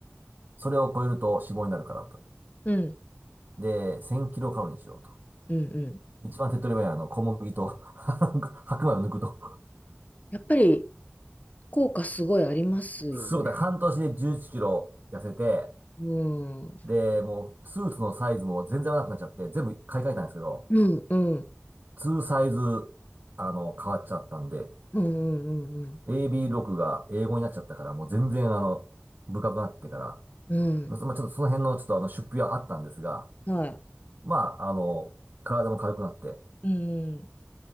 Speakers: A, on the right; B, on the left.
A: それを超えると脂肪になるからと。
B: うん
A: で、1000キロカロリーにしようと。
B: うんうん
A: 一番手っ取り早いはあの小麦と <laughs> 白米を抜くと。
B: やっぱり効果すごいありますよね。
A: すごい、だから半年で11キロ痩せて、
B: うんうん
A: で、もうスーツのサイズも全然合わなくなっちゃって、全部買い替えたんですけど、
B: うんうん
A: ツーサイズ、あの、変わっちゃったんで、
B: うんうん
A: AB6 が英語になっちゃったから、もう全然あの、深くなってから、
B: うん
A: まあ、そまあちょっとその辺のちょっとあの、出費はあったんですが、
B: うんはい。
A: まあ、あの、体も軽くなって、
B: うん